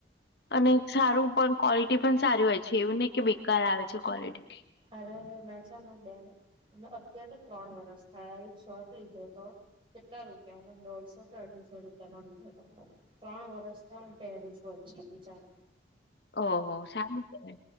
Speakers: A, on the left; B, on the right.
A: અને સારું પણ ક્વોલિટી પણ સારી હોય છે એવું નહી કે. <unintelligible> આવે છે કવલિટી.
B: અરે મે છે ને બે અત્યારે તો ત્રણ વરસ થયા એક શર્ટ લીધો હતો કેટલા રૂપિયાને દોઢસો કે અઢીસો રૂપિયા નો લીધો હતો. ત્રણ વર્ષ હું પહેરું છું. પછી વિચારો
A: ઓ હો સારું છે.